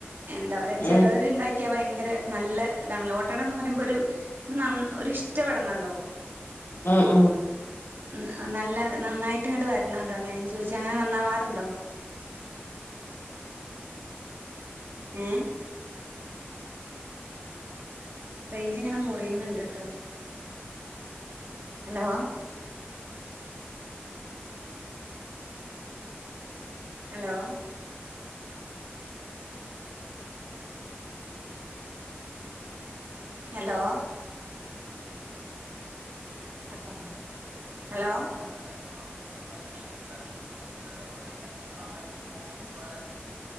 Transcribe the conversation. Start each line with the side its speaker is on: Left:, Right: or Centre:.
Right: എന്താ പറയാ ചിലവരുണ്ടാക്കി
Left: ഉം
Right: ക്ക ഭയങ്കര നല്ല ഇതാണ് ലോട്ടഡ എന്ന് പറയുമ്പോ ഒരു ന്ന ന്ന ഒ ഇഷ്ടപ്പെടണാലോ
Left: ഉം ഉം
Right: ഉ നല്ല നന്നായിട്ട ഇങ്ങട്ട് വര ണല്ലോ അത ഞ ചദിച്ചാ അങ്ങനെന്നാവാറുണ്ടോ ഉം റേഞ്ച് ഇങ്ങനെ മുറിയുന്നുണ്ട് ട്ടോ ഹലോ ഹലോ ഹലോ കേട്ടോ ഹലോ <unintelligible>